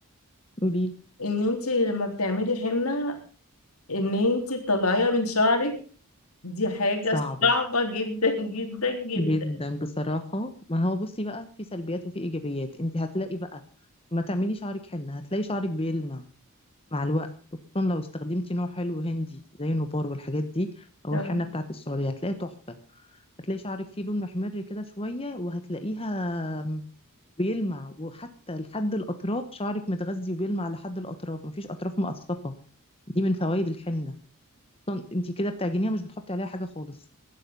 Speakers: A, on the left (about 25°); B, on the left (about 75°).
A: قولي
B: ان انت لما بتعملي حنه ان انت تطلعيها من شعرك دي حاجة
A: صعبة
B: صعبة جدا <laughs> جدا جدا
A: جدا بصراحة ما هو بصي بقى في سلبيات وفي إيجابيات انت هتلاقي بقى ما تعملي شعرك حنة هتلاقي شعرك بيلمع مع الوقت خصوصا لو استخدمتي نوع حلو هندي زي النبار والحاجات دي أو
B: اه
A: الحنة بتاعت السعودية هتلاقي تحفة هتلاقي شعرك فيه لون محمر كده شوية وهتلاقيها بيلمع وحتى لحد الأطراف شعرك متغذي وبيلمع لحد الأطراف مفيش أطراف مقصفة دي من فوائد الحنة اصلا انت كده بتعجنيها مش بتحطي عليها حاجه خالص